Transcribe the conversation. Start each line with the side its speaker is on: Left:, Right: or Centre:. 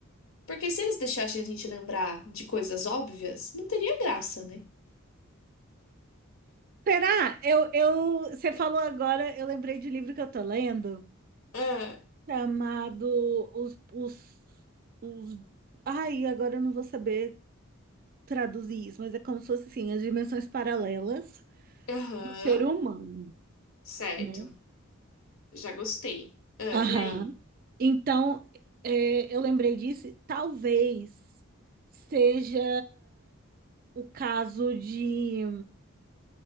Left: porque se eles deixassem a gente lembrar de coisas óbvias, não teria graça, né?
Right: Será? Eu, eu, você falou agora, eu lembrei de um livro que eu tô lendo,
Left: Ah,
Right: chamado Os, os, os... Ai, agora eu não vou saber traduzir isso, mas é como se fosse, assim, as dimensões paralelas.
Left: Aham,
Right: do ser humano,
Left: certo.
Right: né?
Left: Já gostei. Ah,
Right: Aham.
Left: e aí?
Right: Então, é, eu lembrei disso, talvez seja o caso de,